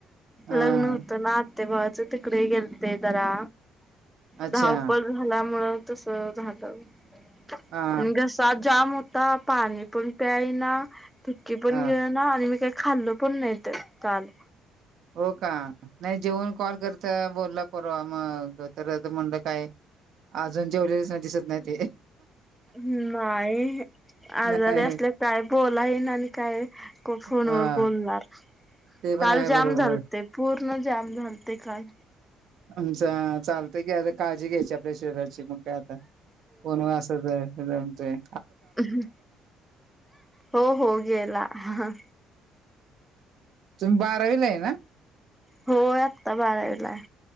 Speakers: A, on the right; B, in the centre.
A: हा
B: लग्न होतं नात ते बवाच तिकडे गेलते जरा
A: अच्छा
B: धावपर झाल्यामुं तस राहत आणि
A: हा
B: घसा जाम होत पाणी पण प्यायना भुकी पण
A: हा
B: घेऊ ना आणि मी काय खाल्ल पण नाही तर काल
A: हो का नाही जेवन कॉल करता बोलला परवा मग तर म्हंलं काय अजून जेवढ दिसत नाही ते
B: नाही आजारी
A: नाही
B: असल्या काय, बोलाय ये ना आणि काय फोनवर
A: हा
B: बोलणार.
A: ते पण
B: काल
A: आहे बरोबर
B: जाम झालते, पूर्ण जाम झालते काल.
A: आमच चालतंय की अगं काळजी घ्यायच्याऽऽ त्या शेजारची मग काय आता,,, कोण व असंचऽऽ
B: म्म हो, हो, गेला हां,,
A: तुम्ही बारावीला आहे ना
B: होय आत्ता बारावीलाय.